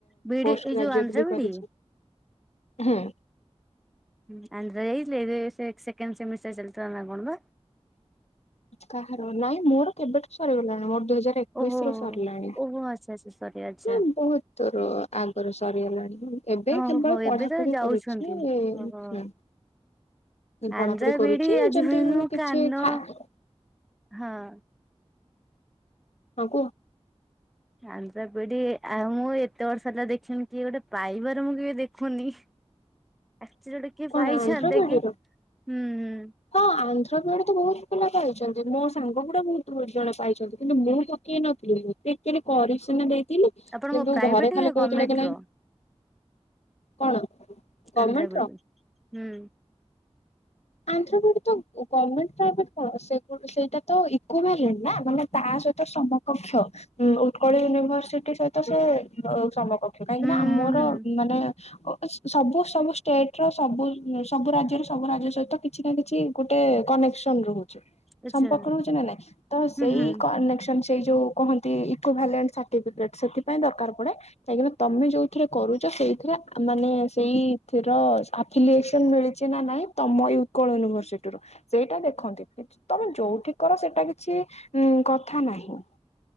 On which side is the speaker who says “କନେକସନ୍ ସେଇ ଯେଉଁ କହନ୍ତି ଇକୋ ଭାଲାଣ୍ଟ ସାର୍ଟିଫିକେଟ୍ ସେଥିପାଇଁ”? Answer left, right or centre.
Left